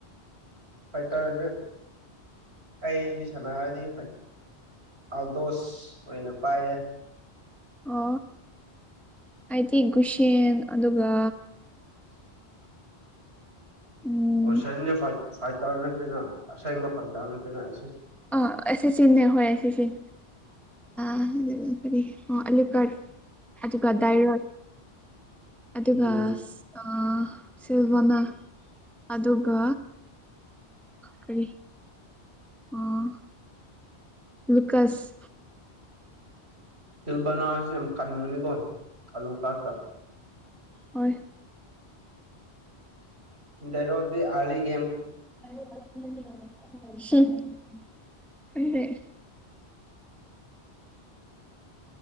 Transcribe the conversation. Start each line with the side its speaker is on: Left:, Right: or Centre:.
Right: ꯍꯥꯏꯥꯏꯇꯥꯔꯗꯤꯦ ꯑꯩ ꯁꯅꯥꯗꯤ ꯐ ꯑꯜꯗꯣꯁ ꯑꯣꯏꯅ ꯄꯥꯏꯌꯦꯦ
Centre: ꯑ ꯍꯥꯏꯗꯤ ꯒꯨꯁꯦꯟ ꯑꯗꯨꯒ ꯎꯝ
Right: ꯁꯟꯒꯤ ꯐꯥꯏ ꯇꯥꯔ ꯅꯠꯇꯅ ꯑꯁꯦꯡꯕ ꯐꯥꯏ ꯇꯥꯔ ꯅꯠꯇꯅ
Centre: ꯑ ꯑꯦꯁꯤ ꯆꯤꯟꯦ ꯍ ꯑꯦꯁꯤ ꯆꯤꯟ
Right: <unintelligible>
Centre: ꯑꯣ ꯑꯂꯤꯒꯔ ꯑꯗꯨꯒ ꯗꯥꯏꯔ ꯑꯗꯨꯕ
Right: ꯎꯝ
Centre: ꯑ ꯁꯤꯜꯚꯣꯅꯥ ꯑꯗꯨꯒ ꯀꯔꯤ ꯑꯥ ꯂꯨꯀꯥꯁ
Right: ꯇꯜꯕꯅꯥꯁ ꯀꯥꯟꯃꯅꯤ ꯀꯣ ꯀꯂꯨ ꯀꯥꯒꯥ
Centre: ꯑꯣꯏ
Right: ꯗꯔꯣꯗꯤ ꯑꯂꯤꯒꯦꯦꯝ
Centre: ꯎ ꯑꯗꯨꯃꯦ